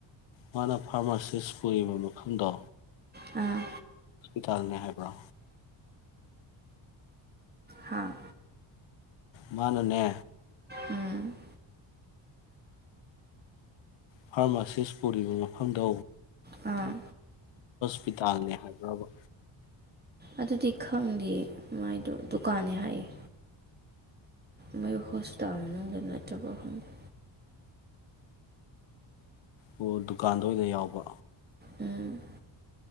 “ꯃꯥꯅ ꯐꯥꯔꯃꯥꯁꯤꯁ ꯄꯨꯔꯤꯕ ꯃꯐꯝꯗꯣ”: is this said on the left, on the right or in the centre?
Left